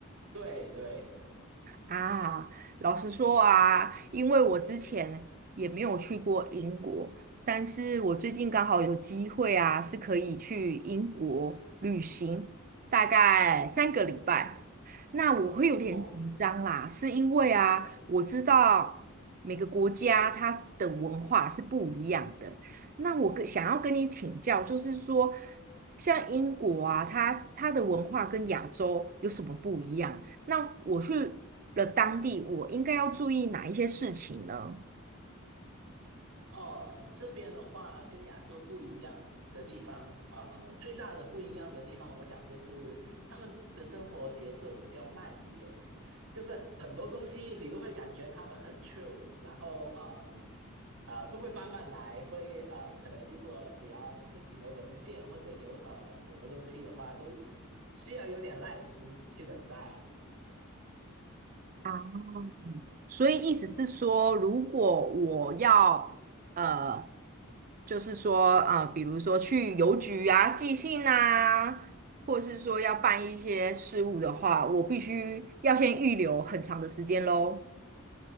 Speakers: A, on the right; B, on the right.
A: 对对，
B: 啊，老实说啊，因为我之前也没有去过英国，但是我最近刚好有机会啊，是可以去英国旅行，大概三个礼拜。那我会有点紧张啦，
A: 哦，
B: 是因为啊，我知道每个国家它的文化是不一样的。那我跟想要跟你请教，就是说，像英国啊，它它的文化跟亚洲有什么不一样？那我去了当地，我应该要注意哪一些事情呢？
A: 哦，这边的话跟亚洲不一样的地方，呃，最大的不一样的地方，我想就是他们的生活节奏比较慢一点，就是很多东西你都会感觉他们很 c h i l 然后嗯，呃，都会慢慢来，所以呃，可能如果你要申请个文件或者有呃什么东西的话，都需要有点耐心去等待。
B: 啊，所以意思是说，如果我要呃，就是说呃，比如说去邮局啊寄信啊，或是说要办一些事务的话，我必须要先预留很长的时间喽。